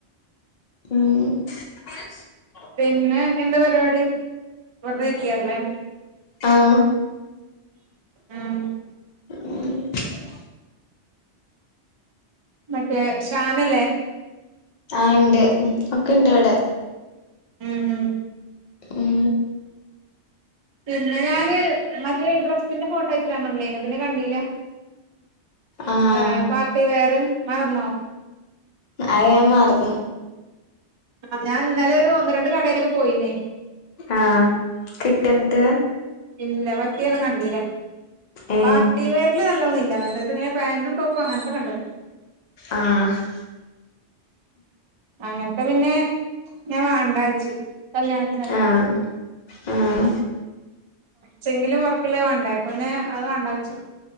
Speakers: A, on the left; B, on the right.
A: ഉം <inaudible>
B: പിന്നെ എന്താ പരിപാടി വെറുതെയിരിക്കി എല്ലേ
A: ആഹ്
B: ഉം
A: ഉ ഊ ഉം
B: മറ്റേ ഷാനല്ലേ
A: ആ ഇണ്ട് ഒക്കെ ഇണ്ട് ഇവിടെ
B: ഉം ഉം
A: ഉം
B: പിന്നെ ഞാന് മറ്റേ ഡ്രെസ്സിന്റെ ഫോട്ടോ അയച്ചിടാൻ പറഞ്ഞ ല്ലേ പിന്നെ കണ്ടീല
A: ആഹ്
B: വേറെ പാർട്ടിവെയറ് മറന്നോ
A: അയ് ഞാൻ മറന്നു
B: അത് ഞാൻ ഇന്നലെ ഒന്ന് രണ്ട് കടീലൊക്കെ പോയീനി
A: ആ കിട്ടിയോ ന്നട്ട്
B: ഇല്ല പറ്റീതന്നും കണ്ടീല
A: ഏ
B: പാർട്ടിവെറിൽ നല്ലതോന്നില്ല മറ്റേതു പേന്റും ടോപ്പാക്കെ അംഗന്തൊക്കെയുണ്ട്
A: ങ്‌ ഹാ
B: അങ്ങനത്ത പിന്നെ ഞാൻ വാണ്ടച്ചു കല്യാണത്തിനല്ലേ
A: ആഹ് ആഹ്
B: ചെങ്കിലും വർക്കില് വാണ്ടേ അപ്പ. പിന്നെ അത് വാണ്ടച്ചു